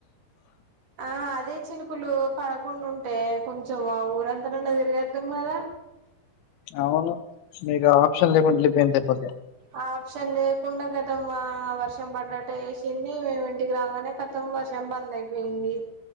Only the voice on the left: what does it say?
అవును మీకు ఆప్షన్ లేకుండ లేకుండా వెళ్ళిపోయింది దెబ్బకే